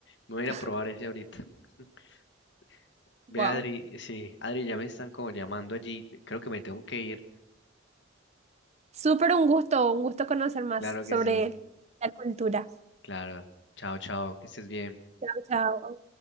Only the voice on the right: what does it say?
acá.
<laughs>
Wow.
Súper un gusto, un gusto conocer más
sobre
la cultura.
Chao, chao.